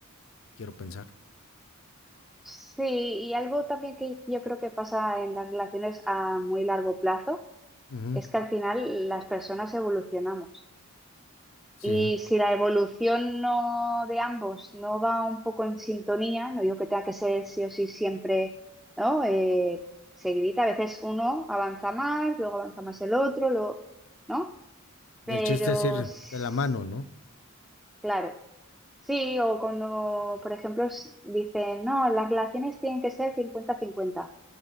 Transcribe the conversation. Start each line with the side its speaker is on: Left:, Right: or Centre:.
Left: quiero pensar.
Centre: Sí, y algo también que yo creo que pasa en las relaciones a muy largo plazo
Left: Ujú,
Centre: es que al final las personas evolucionamos.
Left: Sí,
Centre: Y si la evolución no de ambos no va un poco en sintonía, no digo que tenga que ser sí o sí siempre, ¿no? Eh, seguidita, a veces uno avanza más, luego avanza más el otro, luego, ¿no? Pero
Left: y el chiste es ir
Centre: s-
Left: de la mano, ¿no?
Centre: claro, sí, o cuando, por ejemplo, s- dicen, no, las relaciones tienen que ser cincuenta cincuenta